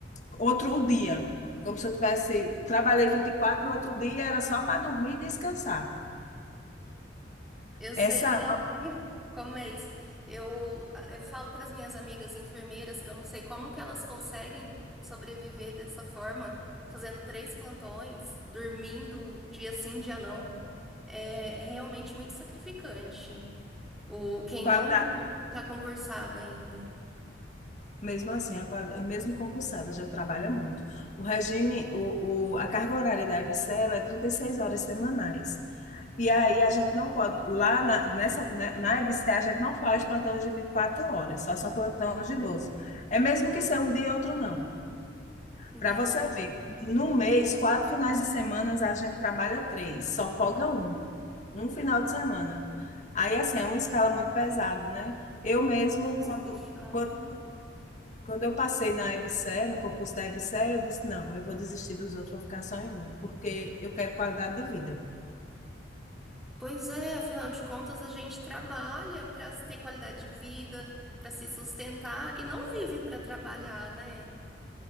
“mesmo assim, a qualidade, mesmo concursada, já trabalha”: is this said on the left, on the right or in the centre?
Left